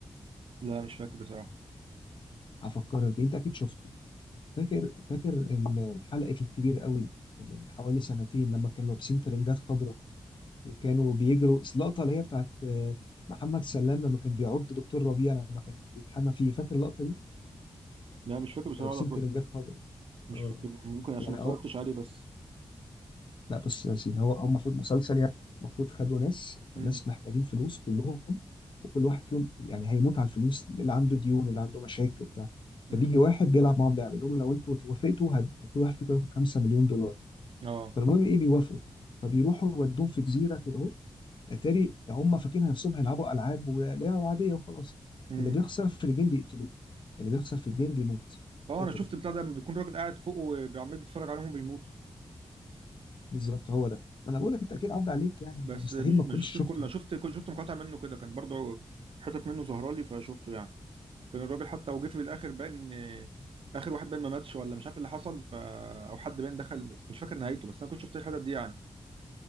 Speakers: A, on the right; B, on the left.
A: لا مش فاكر بصراحة
B: هفكرك بيه انت اكيد شفته فاكر فاكر ال- حلقه الكبير قوي اللي من حوالي سنتين لما كانوا لابسين ترنجات خضراء وكانوا بيجروا اللقطه اللي هي بتاعت آه، محمد سلام لما كان بيعض دكتور ربيع لما كان بيتحمى فيه فاكر اللقطه دي
A: لا مش فاكر بصراحة
B: كانوا لابسين
A: بقى كويس
B: ترنجات خضراء
A: مش
B: اه
A: فاكر ممكن عشان
B: يعني
A: ما اتفرجتش عليه بس
B: لا بص يا سيدي هو هو المفروض مسلسل يعني المفروض خدوا ناس
A: امم
B: ناس محتاجين فلوس كلهم وكل واحد فيهم يعني هيموت على الفلوس اللي عنده ديون اللي عنده مشاكل وبتاع
A: امم
B: فبيجي واحد بيلعب معاهم لعبه يقول لهم لو انتوا وافقتوا هد- كل واحد فيكم هياخد 5 مليون دولار
A: اه
B: فالمهم ايه بيوافقوا فبيروحوا يودوهم في جزيره كده اهو اتاري هم فاكرين نفسهم هيلعبوا العاب ولعبه عاديه وخلاص
A: امم
B: اللي بيخسر في الجيم بيقتلوه اللي بيخسر في الجيم بيموت
A: اه
B: قتل
A: انا شفت بتاع ده لما بيكون راجل قاعد فوق وعمال بيتفرج عليهم وبيموتوا
B: بالظبط هو ده ما انا بقول لك انت اكيد عدى عليك يعني انت
A: بس
B: مستحيل
A: م-
B: ما تكونش
A: ما شفتوش
B: شفته
A: كله انا شفت كل شفت مقاطع منه كده كان برضه حتت منه ظاهره لي فشفته يعني كان الراجل حتى وجه في الاخر باين آه، اخر واحد باين ما ماتش ولا مش عارف ايه اللي حصل ف او حد باين دخل مش فاكر نهايته بس انا كنت شفت الحتت دي يعني